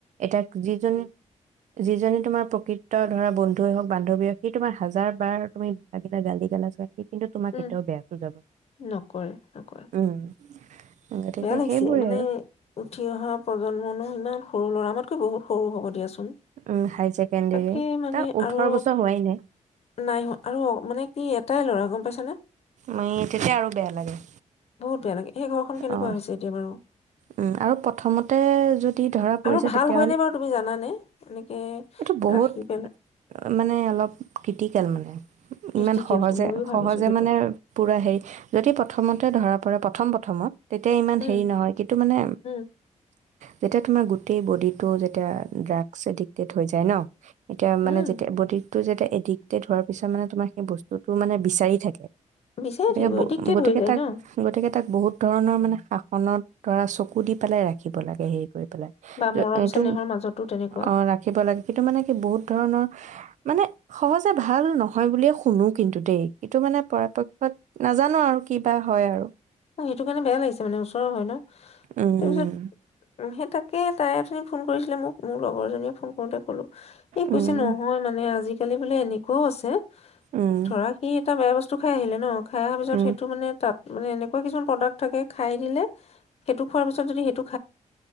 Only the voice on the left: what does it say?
উম
নকৰে নকৰে
বেয়া লাগিছে,
মানে
উঠি অহা প্ৰজন্মন ন ইমান সৰু ল'ৰা, আমাতকৈ বহুত সৰু হ'ব দিয়াছো ন,
তাকে মানে
আৰু
নাই আৰু মানে কি এটাই ল'ৰাজন পাইছানে?
বহুত বেয়া লাগে। সেই ঘৰখন কেনেকুৱা
হৈছে এতিয়া বাৰু?
আৰু ভাল
হয়নে
বাৰু তুমি জানানে এনেকে
ৰাখি পেলাই
ক্ৰিটিকেলটো
ময়ো ভাবিছোঁ সেইটো
উম
উম
উম
বিচাৰি
থাকিব
এডিক্টেড
হৈ যায়
ন
বা মৰম
চেনেহৰ
মাজতো তেনেকুৱা
অ, সেইটো কাৰণে বেয়া লাগিছে মানে ওচৰৰ হয় ন।
তাৰপিছত, সেই তাক। এই তাই অথনি ফোন কৰিছিলে মোক, মোৰ লগৰজনীয়ে ফোন কৰোতে কলোঁ। এই কৈছে
নহয় মানে আজি বোলে এনেকুৱাও আছে,
ধৰা কি এটা বেয়া বস্তু খাই আহিলে ন খাই অহাৰ পিছত
সেইটো মানে তাত। মানে এনেক কিছুমান প্ৰডাক্ট থাকে খাই দিলে সেইটো খোৱাৰ পিছত যদি সেইতো